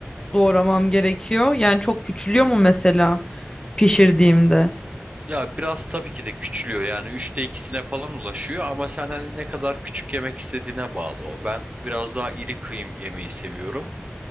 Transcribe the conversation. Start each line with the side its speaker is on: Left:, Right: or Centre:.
Left: doğramam gerekiyor? Yani çok küçülüyor mu mesela pişirdiğimde?
Right: Ya biraz tabii ki de küçülüyor yani üçte ikisine falan ulaşıyor ama sen hani ne kadar küçük yemek istediğine bağlı o. Ben biraz daha iri kıyım yemeyi seviyorum.